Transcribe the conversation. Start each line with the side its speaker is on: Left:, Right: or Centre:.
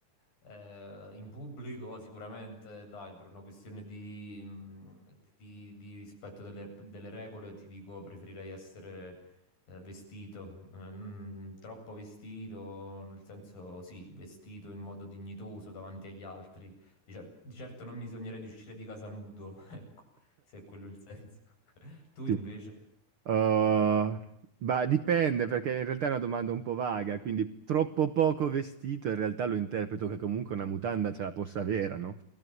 Left: eh, in pubblico sicuramente, dai, per una questione di, mh, di- di rispetto delle, delle regole, ti dico, preferirei essere eh, vestito, Eh, non troppo vestito, nel senso, sì, vestito in modo dignitoso davanti agli altri. Di, cer- di certo non mi sognerei di uscire di casa nudo, <laughs> ecco, se è quello il senso. <laughs> Tu
Right: Sì.
Left: invece?
Right: Oh, ma dipende perché in realtà è una domanda un po' vaga, quindi troppo poco vestito in realtà lo interpreto che comunque una mutanda ce la possa avere, no?